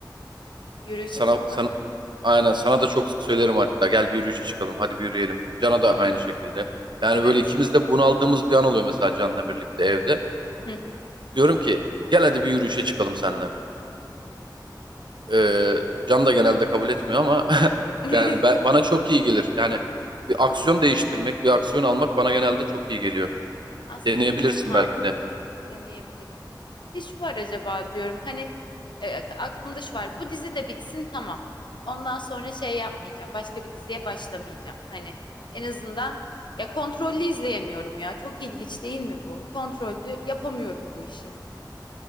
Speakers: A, on the left; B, on the right.
A: Yürüyüşe
B: Sana,
A: çıkmak
B: sana
A: mı?
B: aynen sana da çok sık söylerim hatta gel bir yürüyüşe çıkalım hadi bir yürüyelim. Can'a
A: Hmm,
B: da aynı şekilde. Yani
A: evet.
B: böyle ikimiz de bunaldığımız bir an oluyor mesela Can'la birlikte evde.
A: Hı hı.
B: Diyorum ki gel hadi bir yürüyüşe çıkalım seninle.
A: Hmm.
B: E, Can da genelde kabul etmiyor ama <laughs>
A: <laughs>
B: yani ben, bana çok iyi gelir. Yani bir aksiyon değiştirmek, bir aksiyon almak bana genelde çok iyi geliyor.
A: Aslında
B: Deneyebilirsin
A: çok mantıklı.
B: belki de.
A: Deneyebilirim. Bir de şu var acaba diyorum. Hani e, aklımda şu var. Bu dizi de bitsin tamam. Ondan sonra şey yapmayacağım. Başka bir diziye başlamayacağım. Hani en azından ya kontrollü izleyemiyorum ya. Çok ilginç değil mi bu? Kontrollü yapamıyorum bu işi.